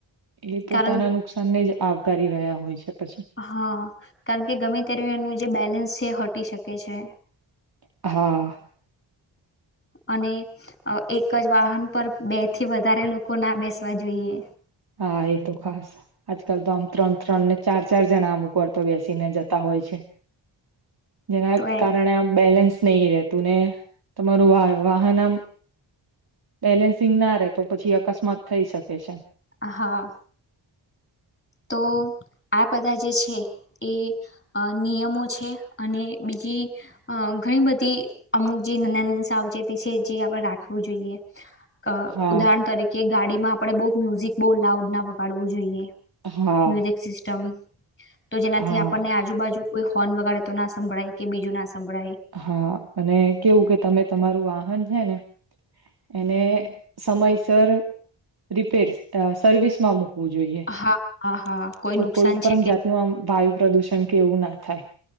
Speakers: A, on the right; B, on the left.
A: એ પોતાના
B: કારણ
A: નુકસાન ને જ. આવકારી રહ્યા હોય છે. પછી
B: હા કારણ કે ગમે ત્યારે એનું જે બેલેન્સ. જે હટી શકે છે.
A: હા.
B: અને એક જ વાહન પર બે થી વધારે લોકો ના બેસવા જોઈએ.
A: હા એ તો ખાસ અજ કલ તો આમ ત્રણ ત્રણને. ચાર ચાર જણા અમુક વાર તો બેસીને જતા હોય છે. જેના
B: તો એ
A: કારણે આ બેલેન્સ. સ્નેહી રહેતું ને તમારું વાહન આમ. બેલેન્સિંગ ના રે તો પછી અકસ્માત થઈ શકે છે.
B: હ હા. તો આ બધા જે છે એ નિયમો છે અને બીજી ઘણી બધી અમુક જે નાના ના સાવચેતી છે જે આપણે રાખવું જોઈએ. અ
A: હા
B: ઉદાહરણ તરીકે. ગાડીમાં આપણે બહઉ મ્યુઝિક બહુ લાઉડ ના વગાડવું જોઈએ.
A: હા
B: મ્યુઝિક સિસ્ટમ. તો જેનાથી
A: હા
B: આપણને આજુબાજુ. કોઈ હોર્ન વગે તો ના સંભળાય કે બીજું ના. સંભળાય
A: હા અને કેવું કે તમે તમારું. છે ને એને સમયસર રિપેર સર્વિસ માં મૂક. ઈ
B: હા હા હા
A: તો
B: નુકસાન
A: કોઈ પણ
B: છે કે
A: જાતનું આમ વાયુ પ્રદુષણ. કેવું ના થાય.